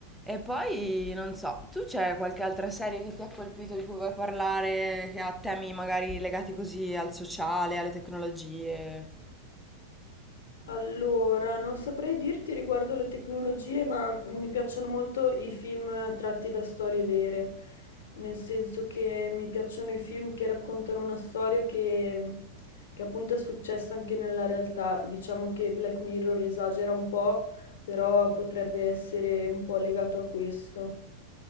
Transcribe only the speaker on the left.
Allora, non saprei dirti riguardo le tecnologie, ma mi piacciono molto i film tratti da storie vere, nel senso che mi piacciono i film che raccontano una storia che, che appunto è successa anche nella realtà. Diciamo che Black Mirror esagera un po', però potrebbe essere un po' legato a questo.